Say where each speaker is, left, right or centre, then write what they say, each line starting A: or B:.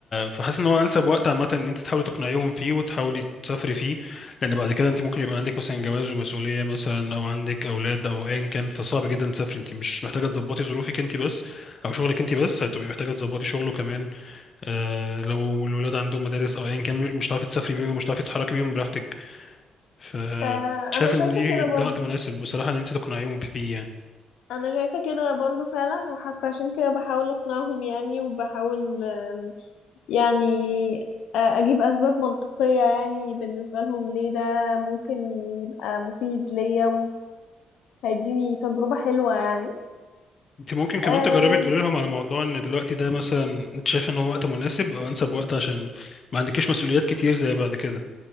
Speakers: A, on the left; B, on the left.
A: فحاسس ان هو انسب وقت عامة ان انت تحاولي تقنعيهم فيه وتحاولي تسافري فيه لان بعد كده انت ممكن يبقى عندك مثلا جواز ومسؤولية مثلا او عندك اولاد او ايا كان فصعب جدا تسافري انت مش محتاجة تظبطي ظروفك انت بس او شغلك انت بس هتبقي محتاجة تظبطي شغله كمان آه لو الولاد عندهم مدارس او ايا كان مش هتعرفي تسافري بيهم مش هتعرفي تتحركي بيهم براحتك ف
B: آه
A: شايف
B: أنا شايفة
A: ان دي
B: كده
A: ده
B: برضو
A: وقت مناسب بصراحة ان انت تقنعيهم فيه يعني
B: انا شايفة كده برضو فعلا وحتى عشان كده بحاول اقنعهم يعني وبحاول آم، يعني آه، اجيب اسباب منطقية يعني بالنسبة لهم ليه ده ممكن يبقى مفيد ليا وهيديني تجربة حلوة يعني
A: انت ممكن كمان
B: آم،
A: تجربي تقولي لهم على موضوع ان الوقت ده مثلا انت شايف ان هو وقت مناسب او انسب وقت عشان ما عندكيش مسؤوليات كتير زي بعد كده